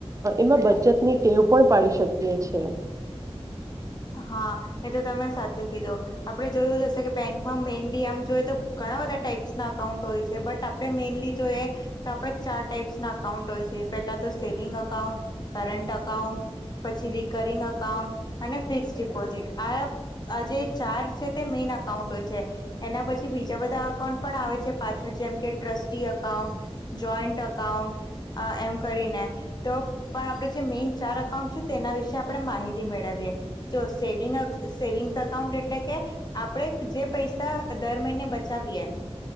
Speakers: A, on the right; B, on the left.
A: એમાં બચતની ટેવ પણ પાડી શકીએ છે
B: હા એ તો તમે સાચું કીધું આપડે જોયું જશે કે બેંકમાં મેનલી આમ જોય તો ઘણા બધા ટાઈપ્સ ના અકાઉન્ટ હોય છે બટ આપ આપણે મેનલી જોઈએ તો આપણેે ચાર ટાઈપ્સ ના અકાઉન્ટ હોય છે પેલા તો સેવિંગ અકાઉન્ટ કરનટ અકાઉન્ટ પછી રકરિંગ અકાઉન્ટ અને ફિક્સ ડિપોઝિટ આ આ જે ચાર છે તે મેઈન અકાઉન્ટ હોય છે એના પછી બીજા બધા અકાઉન્ટ પણ આવે છે પાછળ જેમ કે ટ્રસ્ટી અકાઉન્ટ જોઈન્ટ અકાઉન્ટ અ એમ કરીને તો પણ આપડે જે મેઈન ચાર અકાઉન્ટ છે તેના વિશે આપણે માહિતી મેળવી જો સેવિંગ અકાઉન્ટ એટલે કે આપણે જે પૈસા દર મહિને ને બચાવીએ